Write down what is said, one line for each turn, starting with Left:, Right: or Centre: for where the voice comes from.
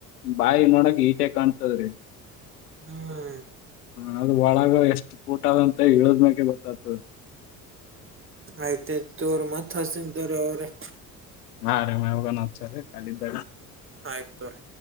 Left: ಬಾಯಿ ನೋಡಕ್ ಹೀಟೆ ಕಾಣ್ತದ್ರಿ
Right: ಹ್ಮ್
Left: ಹ ಅದು ಒಳಗ ಎಷ್ಟು ಕೂಟ ಅದಂತ ಹೇಳಳದ್್ಮ್ಯಕೆ ಗೊತ್ತತ
Right: ಆಯ್ತ ತೋರ್ ಮತ್ ಹಸತಾರೆ ಅವರೇ
Left: ಹಾ ಅ ರೇ ಮವುೋಗಾನ ಅತ ರ ಕಖಾಲಿ್ದ
Right: ಆಯ್ತ್ ತೋರಿ